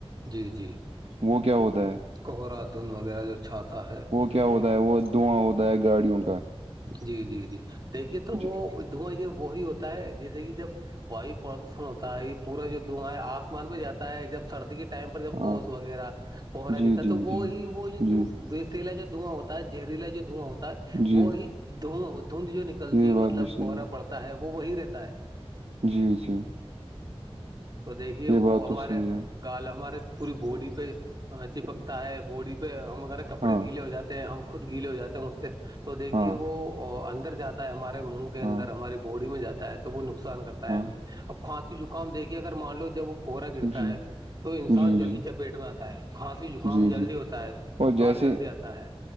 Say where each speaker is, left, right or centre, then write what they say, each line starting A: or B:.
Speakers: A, on the right (about 45°); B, on the right (about 80°).
A: جی جی
B: وہ کیا ہوتا ہے
A: کوہرا دھن وغیرہ جو چھاتا ہے
B: کیا ہوتا
A: وہ
B: ہے دھواں ہوتا ہے گاڑیوں کا
A: جی جی جی دیکھیے تو وہ
B: ج-
A: دھواں یہ وہی ہوتا ہے جیسے کہ جب واو پردوشن ہوتا ہے یہ پورا جو دھواں ہے آسمان میں جاتا ہے جب سردی کے ٹائم پر جب
B: ہاں
A: اوس وغیرہ پوخرا
B: جی
A: گتا
B: جی
A: تو وہ
B: جی
A: ہی وہ یہ
B: جی
A: ویسیلا جو دھواں ہوتا ہے زہریلا جو دھواں ہوتا ہے
B: جی
A: وہ ہی دھواں دھند جو نکل چلتی
B: یہ
A: ہے
B: بات
A: مطلب
B: بھی صحیح
A: کوہرا
B: ہے
A: پڑتا ہے وہ وہی رہتا ہے
B: جی جی
A: تو دیکھیے
B: یہ
A: وہ
B: بات
A: ہمارے
B: تو صحیح ہے
A: گال ہمارے پوری باڈی پہ چپکتا ہے باڈی پہ ہم کپڑے
B: ہاں
A: گیلے ہو جاتے ہیں ہم خود گیلے ہو جاتے ہیں اس سے تو دیکھیے
B: ہاں
A: وہ اندر جاتے ہمارے منہ کے اندر
B: ہاں
A: ہماری باڈی میں جاتا ہے تو وہ نقصان کرتا
B: ہاں
A: ہے ہمیں ا زکام دیکھیے اگر مان لو جب وہ کوہرا گرتا
B: جی
A: ہے تو انسان
B: جی
A: جلدی
B: جی
A: چپیٹ میں آتا ہے کھانسی زکام
B: جی
A: جلدی
B: جی
A: ہوتا ہے
B: اور
A: بخار
B: جیسے
A: جلدی آتا ہے